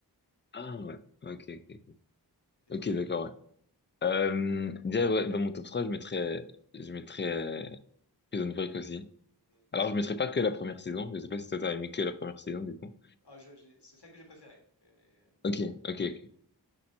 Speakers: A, on the left (about 30°); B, on the left (about 80°).
A: Ah ouais, ok, ok.
B: Et
A: Ok,
B: toi?
A: d'accord, ouais. Euh, déjà, ouais, dans mon top 3, je mettrais, je mettrais, euh, Prison Break aussi.
B: Mm.
A: Alors, je mettrais pas que la première saison, je sais pas si toi t'as aimé que la première saison, du coup.
B: Ah, je- j'ai- c'est celle que j'ai préférée. Et-
A: Ok, ok, ok.